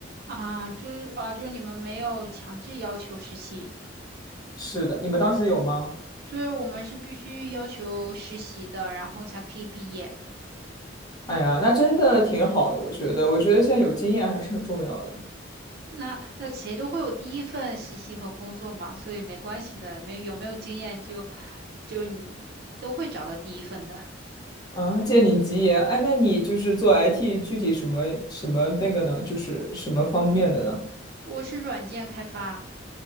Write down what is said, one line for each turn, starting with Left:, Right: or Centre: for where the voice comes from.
Right: 啊，就是啊，就是你们没有强制要求实习。
Left: 是的，你们当时有吗？
Right: 对，我们是必须要求实习的，然后才可以毕业。
Left: 哎呀，那真的挺好的，我觉得，我觉得现在有经验还是很重要的。
Right: 那那谁都会有第一份实习和工作嘛，所以没关系的，没有没有经验就就你都会找到第一份的。
Left: 啊，借你吉言，哎，那你就是做 IT 具体什么什么那个呢？就是什么方面的呢？
Right: 我是软件开发